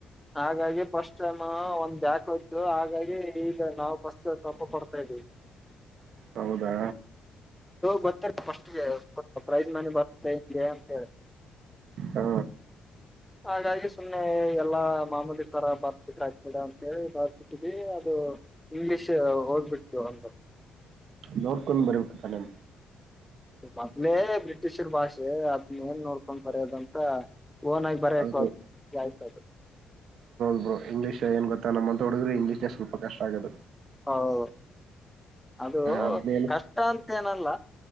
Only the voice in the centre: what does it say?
ಹಾಗಾಗಿ ಫಸ್ಟ್ ಟೈಮ ಒಂದ ಬ್ಯಾಕ್ಕ ಹೋಯ್ತು ಹಾಗಾಗಿ ಈಗ ನಾವು ಫಸ್ಟ್ ತಪ ಕೊಡ್ತಾ ಇದ್ದ್ವಿ
ಗತ್ತಾರ ಫಸ್ಟ್ಗೆ ಪ್ರೈಜ್ ಮನಿ ಬರುತ್ತೆ ಹಿಂಗೆ ಅಂತ ಹೇಳಿ
ಹಾಗಾಗಿ ಸುಮ್ಮ್ನೆ ಎಲ್ಲಾ ಮಾಮೂಲಿ ತರ ಬರ್ಬಿಟ್ಟಾಕ್ಬಿಡ ಅಂತ ಹೇಳಿ ಬರ್ಬಿಟ್ಟಿದವಿ ಅದು ಇಂಗ್ಲಿಷ್ ಹೋಗ್ಬಿಡ್ತು ಒಂದು
ಮೊದ್ಲೇ ಬ್ರಿಟಿಷರ್ ಭಾಷೆ ಅದನ್ನ ಏನ್ ನೋಡ್ಕೊಂಡ್ ಬರೋದಂತ ಓನಾಗಿ ಬರಬೇಕು
ಹಕ <unintelligible>
ಹೌದು ಅದು
ಕಷ್ಟ ಅಂತೇನಲ್ಲ